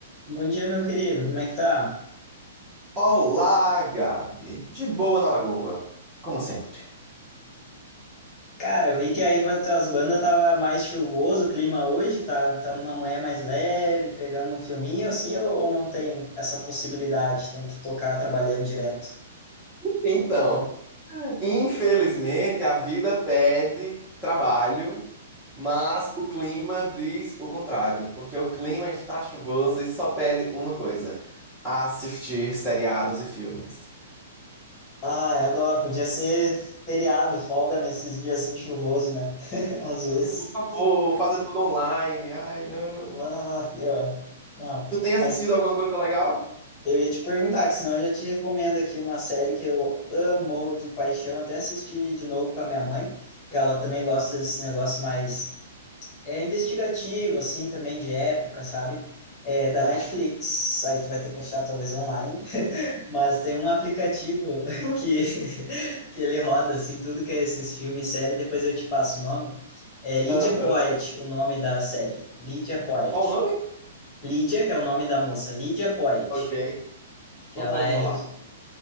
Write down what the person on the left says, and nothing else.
Bom dia, meu querido. Como é que tá?
Cara, eu vi que aí para tuas bandas tava mais chuvoso o clima hoje, tá, tá numa manhã mais leve, pegando um filminho assim, ou, ou não tem essa possibilidade? Tem que tocar trabalhando direto.
Ah, eu adoro. Podia ser feriado, folga nesses dias assim chuvoso, né? <laughs> Às vezes.
Ah, pior. Não,
mas
Eu ia te perguntar, que senão eu já te recomendo aqui uma série que eu amo de paixão, até assisti de novo com a minha mãe, que ela também gosta desse negócio mais é investigativo, assim, também de época, sabe? É da
Netflix. Aí tu vai ter que achar talvez online, <laughs> mas tem um aplicativo <laughs> que que ele roda assim tudo que é esses filmes, série, depois eu te passo o nome. É Lydia
Poet, o nome da série. Lydia Poet.
Lydia, que é o nome da moça, Lydia Poet
que
ela
é
jus-